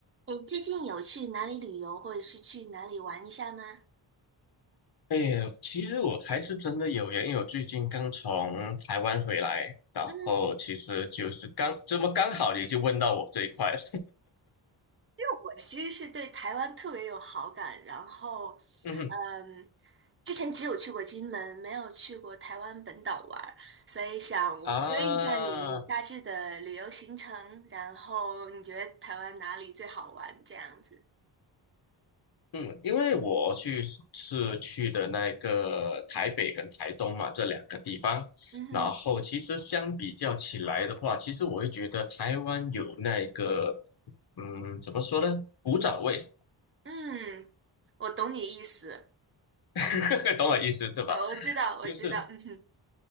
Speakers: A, on the right; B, on the left.
A: 你最近有去哪里旅游，或者是去哪里玩一下吗？
B: 哎，其实我还是真的有缘，因为我最近刚从台湾回来，然后其实就是刚这么刚好你就问到我这一块了，
A: 嗯，我其实是对台湾特别有好感，然后，
B: <laughs> 嗯哼
A: 嗯，之前只有去过金门，没有去过台湾本岛玩儿所以想问一下你，
B: 啊，
A: 你大致的旅游行程，然后你觉得台湾哪里最好玩这样子？
B: 嗯，因为我去是去的那个台北跟台东嘛这两个地方，
A: 嗯哼，
B: 然后其实相比较起来的话，其实我会觉得台湾有那个，嗯，怎么说呢？古早味，
A: 嗯，我懂你意思，
B: <laughs> 懂我意思是吧？
A: 嗯，呃，我知道，我知道，
B: 就是。
A: 嗯哼，